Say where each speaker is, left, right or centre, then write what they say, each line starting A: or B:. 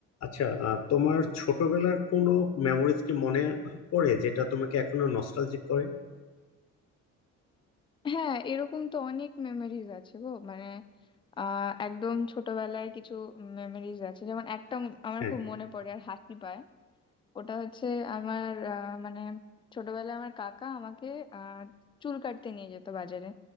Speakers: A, on the left; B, on the left.
A: আচ্ছা আহ, তোমার ছোটবেলার কোনো মেমোরিজ কি মনে পড়ে যেটা তোমাকে এখনো নস্টালজিক করে
B: হ্যাঁ এরকম তো অনেক মেমোরিজ আছে গো মানে আহ একদম ছোটবেলায় কিছু মেমোরিজ আছে যেমন একটা উম আমার
A: হ্যাঁ
B: খুব মনে পড়ে আর হাসি পায় ওটা হচ্ছে আমার আহ, মানে ছোটবেলায় আমার কাকা আমাকে আহ চুল কাটতে নিয়ে যেত বাজারে